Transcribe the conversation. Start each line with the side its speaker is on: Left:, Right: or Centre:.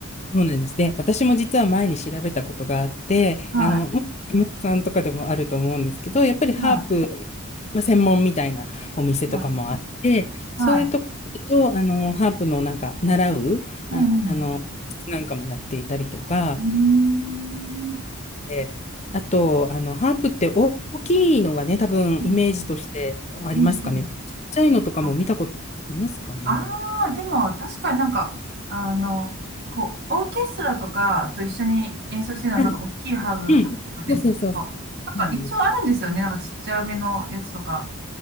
Left: そうなんです。で、私も実は前に調べたことがあって、
Right: は
Left: あの、もう山田さんとかでもあると思うんですけど、やっぱりハープ、
Right: い、は
Left: まあ、専門みたいなお店とかもあって、
Right: い、は
Left: そういうところと、
Right: い、はい。
Left: あの、ハープのなんか、習う、
Right: うん、
Left: あ、あの、なんかもやっていたりとか、
Right: うん。うーん、
Left: であと、あの、ハープって大きいのがね、多分イメージとしてありますかね。
Right: うん、うん。うん
Left: ちっちゃいのとかも見たことありますかね。
Right: あああ、でも確かになんか、あの、こう、オーケストラとかと一緒に演奏してるのはなんか大きいハーブ、
Left: はいうん。
Right: ハーブですけど、
Left: そうそうそう。そ
Right: なんか一応あるんですよね。
Left: うなんです。
Right: なんかちっちゃめのやつとか。